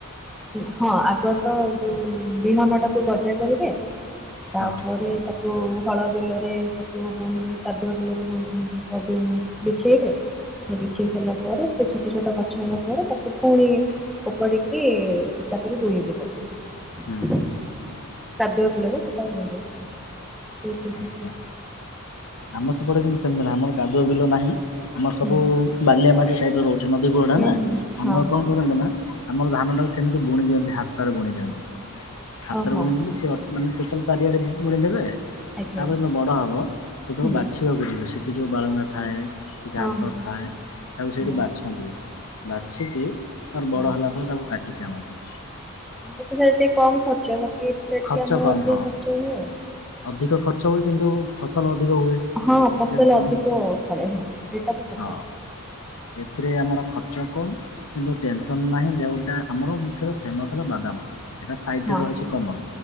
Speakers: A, in the centre; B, on the left.
A: ହଁ ଆଗ ତ ଯୋଉ ବିହନ ଟାକୁ ଗଜା କରିବେ ତାପରେ
B: ହଁ
A: ତାକୁ ହଳ ବିଲରେ ବୁଣିବେ କାଦୁଆ ବିଲରେ ବିଛେଇବେ ବିଛେଇ ସାରିଲା ପରେ ସେ ଛୋଟ ଛୋଟ ଗଛ ହେଲା ପରେ ତାକୁ ପୁଣି ଉପଡିକି ତାପରେ ଧୁଇବେ ତାକୁ
B: ହୁଁ ହୁଁ
A: କାଦୁଆ ବିଲରେ ସେଟା ରହ ଏଇ ପ୍ରସେ
B: ଆଚ୍ଛା ଆମ ସେପଟରେ କିନ୍ତୁ ସେମିତି ନାହିଁ ଆମର କାଦୁଅ ବିଲ ନାହିଁ ଆମର ସବୁ
A: ହୁଁ
B: ବାଲିଆ ମାଟି ଟାଇପ୍ର ରହୁଛି ଛ ନଦୀ ଗୁଡା ନା
A: ହୁଁ ହୁଁ
B: ଆମଉ
A: ହଁ ହଁ
B: କଣ କରନ୍ତି ନା ଆମର ଧାନଟାକୁ ସେମିତି ବୁଣି ଦିଅନ୍ତି ହାତରେ ବୁଣି ଦିଅନ୍ତି ହାତରେ
A: ଓ ହଁ
B: ବୁଣି ଦିଅନ୍ତି
A: ହଁ
B: ସେ ମାନେ ଟୋଟାଲ ଚାରିଆଡ଼େ ବୁଳିଦେବେ
A: ଆଜ୍ଞା
B: ତାପରେ ଯେତେବେଳେ ବଡ଼ ହେବ ସେତଳେ
A: ହୁଁ
B: ବାଛି ଆକୁ ଯିବେ ସେଇଠି ଯେଉଁ ବାଳୁଙ୍ଗା ଥାଏ କି
A: ହଁ
B: ଘାସ
A: ହଁ
B: ଥାଏ। ତାକୁ ସେଇଠି
A: ହଁ
B: ବାଛନ୍ତି ବାଛିକି ତାର
A: ହଁ।
B: ବଡ଼ ହେଲା ପରେ ତାକୁ କାଟିକି ଆଣନ୍ତି।
A: ଏବେ ଟିକେ ଏତେ କମ ଖର୍ଚ୍ଚ ବାକି ଏଥିରେ
B: ଖର୍ଚ୍ଚ
A: ଟିକେ ଆମର
B: କମ୍
A: ଅଧିକ
B: ହଁ
A: ଖର୍ଚ୍ଚ ହୁଏ ଆଉ।
B: ଅଧିକ ଖର୍ଚ୍ଚ ହୁଏ କିନ୍ତୁ ଫସଲ ଅଧିକ ହୁଏ।
A: ହଁ
B: ଏଥିରେ
A: ଫସଲ
B: କମ୍
A: ଅଧିକ
B: ଖ-
A: ଫଳେ ହଁ ଏଇଟା ତ ସତ
B: ହଁ
A: କଥା।
B: ଏଥିରେ ଆମର ଖର୍ଚ୍ଚ କମ୍ କିନ୍ତୁ ଟେନସନ୍ ନାହିଁ ଯେଉଁଟା ଆମର ମୁଖ୍ୟତଃ ଫେମସ୍ ହେଲା ବାଦାମ। ଏଇଟା ସାଇଟରେ
A: ହଁ
B: ରହିଛି
A: ହଁ
B: କମନ